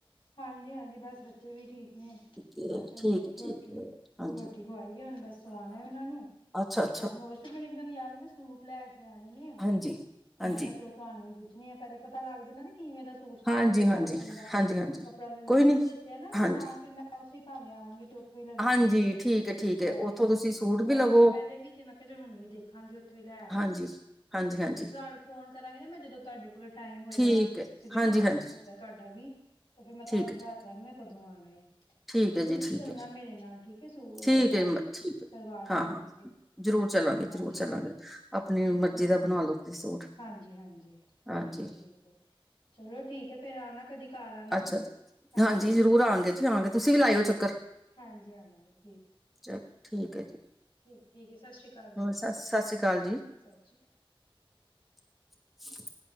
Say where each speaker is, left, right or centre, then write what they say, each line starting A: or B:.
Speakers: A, on the left; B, in the centre.
A: ਹਾਂਜੀ-ਹਾਂਜੀ ਬਸ ਬੱਚੇ ਵੀ ਠੀਕ ਨੇ,
B: ਏ
A: ਬਸ ਹੁਨੇ
B: ਠੀਕ ਏ,
A: ਰੋਟੀ-ਰੋਟੀ
B: ਠੀਕ ਏ ਹਾਂਜੀ
A: ਖੁਵਾਈਏ ਹੁਨ ਬਸ ਸਵਾਨਾ ਏ ਉਨਾ ਨੂੰ
B: ਅੱਛਾ ਅੱਛਾ
A: ਟਾਈਮ ਹੋਗਿਆ ਸੀ, ਮੈਨੂੰ ਇੱਕਦਮ ਯਾਦ ਮੈਂ ਸੂਟ ਲੈਕੇ ਆਣੇ ਨੇ।
B: ਹਾਂਜੀ
A: ਤੇ
B: ਹਾਂਜੀ
A: ਮੈਂ ਕਿਆ ਚਲੋ ਤੁਆਨੂੰ ਈ ਪੁੱਛਨੀ ਆ ਪੇਲੇ ਪਤਾ ਲੱਗ ਜਾਂਦਾ ਨਾ ਕਿਂਵੇਂ ਦਾ ਸੂਟ ਸਵਾਨਾ
B: ਹਾਂਜੀ
A: ਫੇਰ ਉਸ ਹਿਸਾਬ
B: ਹਾਂਜੀ
A: ਤੇ ਬੰਦਾ
B: ਹਾਂਜੀ ਹਾਂਜੀ
A: ਕੱਪੜਾ ਲੈ ਲੇਂ,
B: ਕੋਈ
A: ਤੁਸੀਂ
B: ਨੀ
A: ਦੱਸਿਆ ਨਾ
B: ਹਾਂਜੀ
A: ਦੁਕਾਨ ਫੇਰ ਮੈ ਉੱਥੇ ਈ ਭਾਵੇਂ ਆਵਾਂਗੀ ਤੇ ਥੋਂ ਹੀ ਲੈੱਲਾਂਗੀ,
B: ਹਾਂਜੀ
A: ਜੇੜੇ
B: ਠੀਕ
A: ਇੱਕ-ਦੋ
B: ਹੈ
A: ਸੂਟ
B: ਠੀਕ ਹੈ
A: ਲੈਨੇ
B: ਉੱਥੋਂ
A: ਐ
B: ਤੁਸੀਂ ਸੂਟ
A: ਸਵਾਏ
B: ਵੀ ਲਵੋ
A: ਸੀ ਪੇਲੇ ਵੀ ਤੇ ''ਮੈਂ ਕਿਹਾ ਚਲ ਹੁਨ ਵੀ ਦੇਖ ਖਾਂਗੀ, ਉੱਥੋਂ ਈ ਲੈ ਆਵਾਂਗੀ
B: ਹਾਂਜੀ ਹਾਂਜੀ
A: <unintelligible>
B: ਹਾਂਜੀ
A: ਫੋਨ ਕਰਾਂਗੀ ਨਾ ਮੈਂ, ਜਦੋਂ ਤੁਆਡੇ ਕੋਲ ਟਾਈਮ ਹੋਏਗਾ,
B: ਠੀਕ ਹੈ
A: ਤੁਸੀਂ ਫੇਰ
B: ਹਾਂਜੀ
A: ਕੰਮ-ਕੁੰਮ
B: ਹਾਂਜੀ
A: ਹੁੰਦਾ ਤੁਆਡਾ ਵੀ। ਤੇ ਫੇਰ ਮੈਂ ਤੁਆਨੂੰ
B: ਠੀਕ ਹੈ
A: ਦੱਸ
B: ਜੀ
A: ਦਾਂਗੀ, ਮੈਂ ਕਦੋਂ ਆਣਾ ਏ।
B: ਠੀਕ
A: ਤੇ ਫੇਰ
B: ਹੈ
A: ਤੁਸੀਂ
B: ਜੀ ਠੀਕ
A: ਚੱਲਨਾ
B: ਹੈ
A: ਮੇਰੇ ਨਾਲ ਠੀਕ ਐ ਸੂ
B: ਠੀਕ
A: ਲੈ
B: ਹੈ ਜੀ, ਠੀਕ ਹੈ
A: ਸਲਵਾਰ ਮੈ
B: ਹਾਂ ਹਾਂ
A: ਤੁਆਨੂੰ
B: ਜ਼ਰੂਰ ਚੱਲਾਂਗੇ ਜ਼ਰੂਰ
A: ਹਾਂਜੀ-ਹਾਂਜੀ
B: ਚੱਲਾਂਗੇ ਆਪਣੀ ਮਰਜ਼ੀ
A: ਚੱਲ
B: ਦਾ ਬਣਾ ਲਓ ਤੁਸੀਂ ਸੂਟ
A: ਹਾਂਜੀ-ਹਾਂਜੀ।
B: ਹਾਂਜੀ
A: ਠੀਕ-ਠੀਕ ਏ, ਚਲੋ ਠੀਕ ਏ, ਫੇਰ ਆਨਾ ਕਦੀ। ਘਰ ਆਣਾ
B: ਅੱਛਾ-ਛਾ ਹਾਂਜੀ
A: ਠੀਕ
B: ਜ਼ਰੂਰ ਆਂਗੇ
A: ਠੀਕ
B: ਜੀ ਆਵਾਂਗੇ ਤੁਸੀਂ ਵੀ ਲਾਇਓ ਚੱਕਰ।
A: ਹਾਂਜੀ ਆਵਾਂਗੇ ਠੀਕ।
B: ਚੱਲ, ਠੀਕ ਏ ਜੀ।
A: ਠੀਕ, ਠੀਕ ਏ ਸਤਿ ਸ਼੍ਰੀ ਕਾਲ ਜੀ,
B: ਹੋਰ ਸਤਿ ਸਤਿ ਸ਼੍ਰੀ ਅਕਾਲ ਜੀ।
A: ਸਤਿ ਸ਼੍ਰੀ ਕਾਲ।
B: <inaudible>